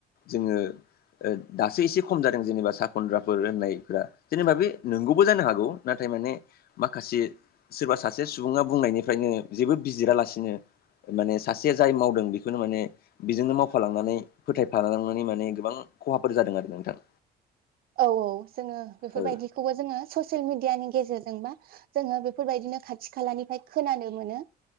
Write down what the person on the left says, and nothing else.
जोङो दासो एसे खम जादों जेनेबा सा खन्द्राफोर होननायफोरा जेनेबा बे नोंगौबो जानो हागौ नाथाय माने माखासे सोरबा सासे सुबुङा बुंनायनिफ्रायनो जेबो बिजिरालासिनो माने सासे जाय मावदों बेखौनो माने बेजोंनो मावफालांनानै फोथायफालांनानै माने गोबां खहाफोर जादों आरो नोंथां
औ